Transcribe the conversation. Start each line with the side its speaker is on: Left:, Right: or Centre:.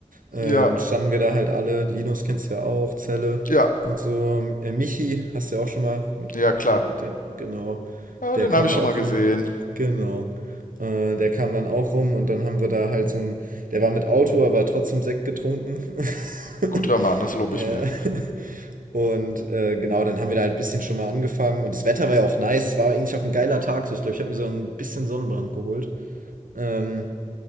Right: Äh,
Left: Ja,
Right: dann standen wir da halt alle, Linus kennst du ja auch, Zelle
Left: ja,
Right: und so. Äh, Michi hast du ja auch schon mal, mit,
Left: ja, klar.
Right: mit den, genau,
Left: Ja,
Right: der
Left: den
Right: kam
Left: habe ich schon
Right: auch
Left: mal gesehen.
Right: rum. Genau. Äh, der kam dann auch rum und dann haben wir da halt so ein, der war mit Auto, aber trotzdem Sekt getrunken. <laughs>
Left: Guter Mann, das lobe
Right: Ja,
Left: ich mir.
Right: und äh, genau, dann haben wir da halt ein bisschen schon mal angefangen. Und das Wetter war ja auch nice, war eigentlich auch ein geiler Tag. So, ich glaube, ich habe mir so ein bisschen Sonnenbrand geholt. Ähm,